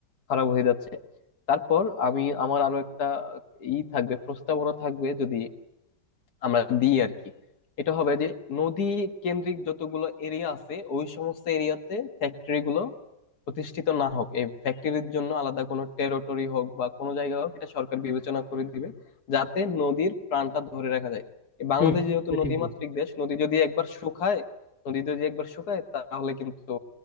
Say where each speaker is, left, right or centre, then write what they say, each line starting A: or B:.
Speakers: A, on the left; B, on the left.
A: খারাপ হয়ে যাচ্ছে তারপর আমি আমার আরো একটা ই থাকবে প্রস্তাবনা থাকবে যদি আমরা দিই আর কি এটা হবে যে নদী কেন্দ্রিক যতগুলো এরিয়া আছে ওই সমস্ত এরিয়াতে ফ্যাক্টরি গুলো প্রতিষ্ঠিত না হোক এই ফ্যাক্টরির জন্য আলাদা কোনো টেরিটরি হোক বা কোনো জায়গা হোক এটা সরকার বিবেচনা করে দিবে যাতে নদীর প্রাণটা ধরে রাখা যায় এই বাংলাদেশ
B: হুম
A: যেহেতু
B: এটা ঠিক
A: নদীমাতৃক
B: বলছো
A: দেশ নদী যদি একবার শুকায় নদী যদি একবার শুকায় তাহলে কিন্তু